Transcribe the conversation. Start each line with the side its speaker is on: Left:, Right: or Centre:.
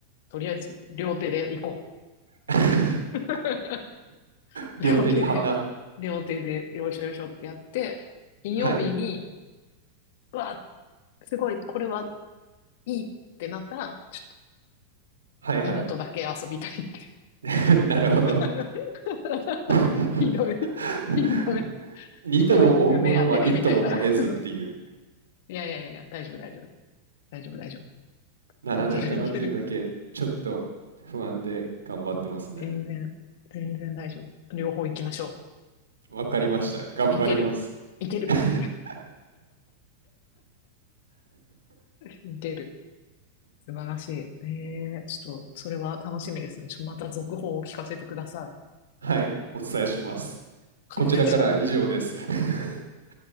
Left: とりあえず、両手で行こ
Right: <laughs>
Left: う。<laughs>
Right: 両手に花。
Left: 両手で、両手で、よいしょよいしょってやって、金曜日に、
Right: はい。
Left: うわ、すごい、これはいいってなったら、ちょっと
Right: はいはい。
Left: 犬とだけ遊びたいって。
Right: <laughs> なるほど。
Left: <laughs>
Right: <laughs>
Left: ひどい、ひどい、
Right: にとも追うものは一ともも得ずっていう。
Left: ひどい、犬目当てね、みたいな。<laughs> いやいやいやいや、大丈夫大丈夫。大丈夫大丈夫。
Right: ならないかなっていうのだけちょっと不安で頑張ってますね。
Left: いけるいける。全然、全然大丈夫。両方行きましょ
Right: わかりました。頑張ります。
Left: う。いける、
Right: <laughs>
Left: いける。見てる。素晴らしい。ええちょっと、それは楽しみですね。ちょ、また続報を聞かせてください。
Right: はい、お伝えします。こちらからは以上です。
Left: お願いします。
Right: <laughs>